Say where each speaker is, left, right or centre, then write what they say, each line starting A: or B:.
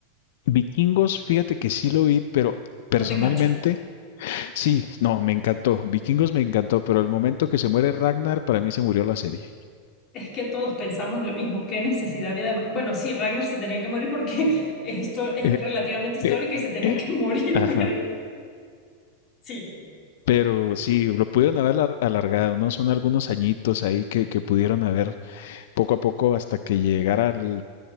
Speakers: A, on the left; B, on the left.
A: Vikingos, fíjate que sí lo vi, pero personalmente,
B: No te engancho.
A: sí, no, me encantó. Vikingos me encantó, pero el momento que se muere Ragnar, para mí se murió la serie.
B: Es que todos pensamos lo mismo. ¿Qué necesidad había de ma- Bueno, sí, Ragnar se tenía que morir porque <laughs> es, histo- es
A: Eh,
B: relativamente histórica
A: eh,
B: y se tenía
A: eh,
B: que <laughs> morir,
A: ajá.
B: pero sí.
A: Pero sí, lo pudieron haber alar- alargado, ¿no? Son algunos añitos ahí que, que pudieron haber poco a poco hasta que llegara el-